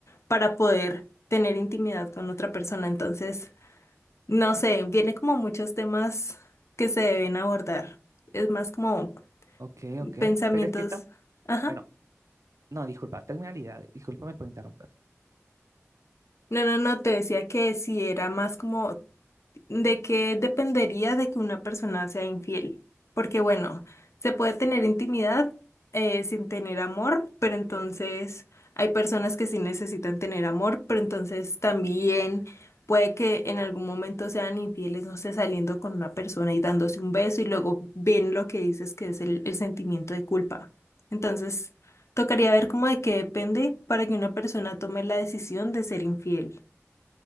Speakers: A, on the left (about 65°); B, on the right (about 80°).
A: para poder tener intimidad con otra persona. Entonces, no sé, viene como muchos temas que se deben abordar. Es más como
B: Ok, ok.
A: pensamientos.
B: Pero es que tan,
A: Ajá.
B: bueno, no, disculpa, terminalidad, discúlpame por interrumpir.
A: No, no, no, te decía que si era más como ¿De qué dependería de que una persona sea infiel? Porque bueno, se puede tener intimidad eh, sin tener amor, pero entonces hay personas que sí necesitan tener amor, pero entonces también puede que en algún momento sean infieles, no sé, saliendo con una persona y dándose un beso y luego ven lo que dices que es el, el sentimiento de culpa. Entonces, tocaría ver cómo de qué depende para que una persona tome la decisión de ser infiel.